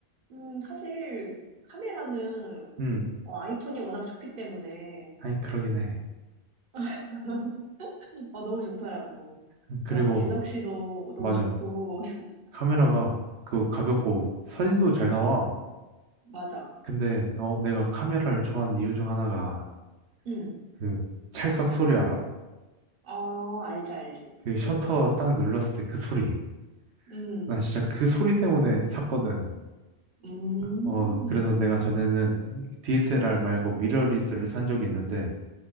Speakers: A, on the right; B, on the right.
A: 음, 사실, 카메라는,
B: 음.
A: 어, 아이폰이 워낙 좋기 때문에,
B: 아니 그러긴 해.
A: <laughs> 어, 너무 좋더라고.
B: 음, 그리고
A: 어, 갤럭시도 너무
B: 맞아.
A: 좋고, <laughs>
B: 카메라가 그 가볍고 사진도 잘 나와.
A: 맞아.
B: 근데 너 내가 카메라를 좋아하는 이유 중 하나가
A: 응.
B: 그 찰칵 소리 알아?
A: 어, 알지, 알지.
B: 그 셔터 딱 눌렀을 때 그 소리.
A: 음,
B: 나 진짜 그 소리 때문에 샀거든.
A: 음,
B: 어, 그래서 내가 전에는 DSLR 말고 미러리스를 산 적이 있는데